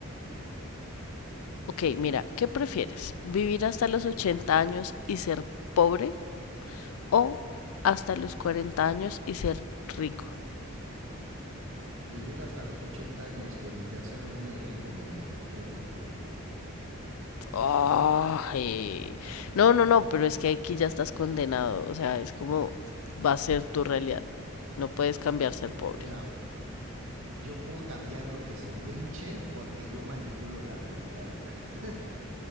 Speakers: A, on the right (about 60°); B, on the left (about 75°).
A: Mm.
B: Ok, mira, ¿qué prefieres? ¿Vivir hasta los 80 años y ser pobre o hasta los 40 años y ser rico?
A: Vivir hasta los 80 años que de hacerme rico me preocupo yo.
B: Ay. No, no, no, pero es que aquí ya estás condenado. O sea, es como va a ser tu realidad. No puedes cambiar ser pobre.
A: Verá, yo puedo cambiar lo que se me hinchen porque yo manipulo la realidad. <laughs>